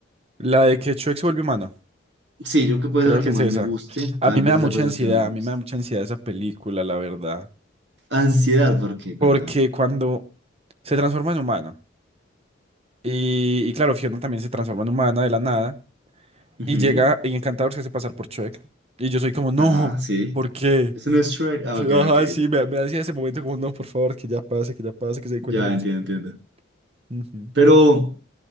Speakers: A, on the right; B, on the right.
A: La de que Shrek se vuelve humano,
B: Sí, yo creo que puede
A: creo
B: ser la
A: que
B: que
A: es
B: más
A: esa.
B: me guste.
A: A
B: Tal
A: mí me
B: vez
A: da
B: esa
A: mucha
B: puede
A: ansiedad,
B: ser la que más me guste.
A: a mí me da mucha ansiedad esa película, la verdad.
B: Ansiedad, ¿por qué? Cuéntame.
A: Porque cuando se transforma en humano, y, y claro, Fiona también se transforma en humana de la nada,
B: Ujú.
A: y llega y Encantador se hace pasar por Shrek. Y yo soy como, no,
B: Ajá, sí.
A: ¿por qué?
B: Eso no es Shrek. Ah,
A: Fiona,
B: ok,
A: ajá,
B: ok,
A: sí,
B: ya.
A: me, me hacía ese momento como, no, por favor, que ya pase, que ya pase, que se dé cuenta
B: Ya
A: que no
B: entiendo,
A: estoy.
B: entiendo.
A: Ujú,
B: Pero.